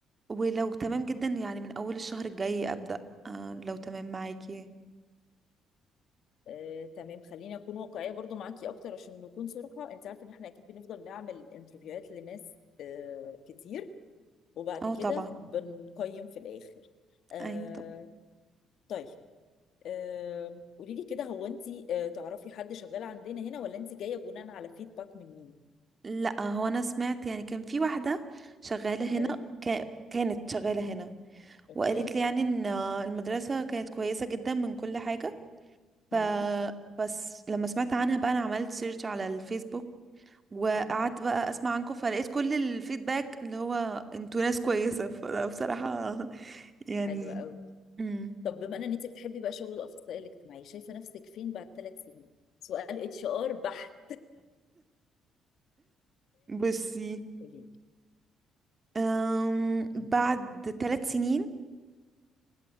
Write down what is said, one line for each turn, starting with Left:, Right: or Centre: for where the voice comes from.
Right: ولو تمام جدا يعني من اول الشهر الجاي ابدا أه، لو تمام معاكي
Left: آه، تمام خليني اكون واقعيه برضو معاكي اكتر عشان نكون صراحه انت عارفه ان احنا اكيد بنفضل نعمل انترفيوهات لناس آه، كتير وبعد
Right: اه
Left: كده
Right: طبعا
Left: بنقيم في الآخر آه
Right: ايوه طب
Left: طيب آه قولي لي كده هو انت آه تعرفي حد شغال عندنا هنا ولا انت جايه بناء على فيدباك من مين
Right: لا هو انا سمعت يعني كان في واحده شغاله
Left: اوكي
Right: هنا كا- كانت شغاله هنا
Left: اوكي
Right: وقالت لي يعني ان المدرسه كانت كويسه جدا من كل حاجه ف
Left: مم.
Right: بس لما سمعت عنها بقى انا عملت سيرش على الفيسبوك وقعدت
Left: حلو جدا
Right: بقى اسمع عنكم فلقيت كل الفيدباك اللي هو انتوا ناس كويسه فبصراحه <laughs> يعني
Left: حلو قوي
Right: امم
Left: طب بما ان انت بتحبي بقى شغل الاخصائي الاجتماعي شايفه نفسك فين بعد ثلاث سنين سؤال اتش ار بحت
Right: بصي
Left: قولي
Right: أم
Left: لي
Right: بعد ثلاث سنين